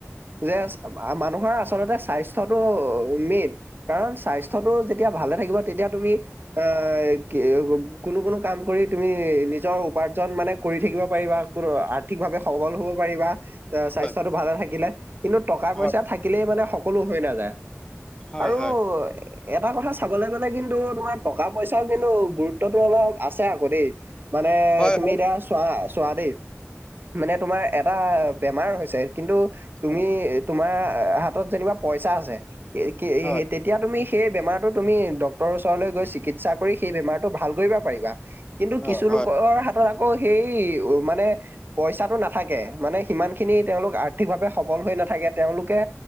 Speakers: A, on the right; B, on the left.
A: যে মানুহ তমাৰ আচলতে স্বাস্থ্যটো মেইন কাৰণ স্বাস্থ্যটো যেতিয়া ভালে থাকিব তেতিয়া তুমি অ, কি কোনো কোনো কাম কৰি তুমি। নিজৰ উপাৰ্জন মানে কৰি থাকিব পাৰিবা, কোনো আৰ্থিকভাৱে সবল হব পাৰিবা। স্বাস্থ্যটো
B: হয়,
A: ভালে থাকিলে কিন্তু টকা
B: হয়,
A: পইচা থাকিলেই মানে সকলো হৈ নাযায়।
B: হয়,
A: আৰু
B: হয়,
A: এটা কথা চাবলৈ গলে কিন্তু তোমাৰ টকা পইচাৰও কিন্তু গুৰুত্বটো অলপ আছে আকৌ দেই মানে
B: হয়, হয়,
A: তুমি এতিয়া চোৱা-চোৱা দেই মানে তোমাৰ এটা বেমাৰ হৈছে। কিন্তু
B: হয়,
A: তুমি তোমাৰ হাতত যেনিবা পইচা আছে কি
B: হয়,
A: তেতিয়া তুমি সেই বেমাৰটো তুমি ডক্তৰৰ ওচৰলৈ গৈ চিকিৎসা কৰি সেই বেমাৰটো ভাল কৰিব পাৰিবা কিন্ত
B: হয়,
A: কিছু লোকৰ
B: হয়। হয়।
A: হাতত আকৌ সেই মানে পইচাটো নাথাকে মানে সিমান খিনি তেওঁলোক আৰ্থিকভাৱে। হৈ নাথাকে তেওঁলোকে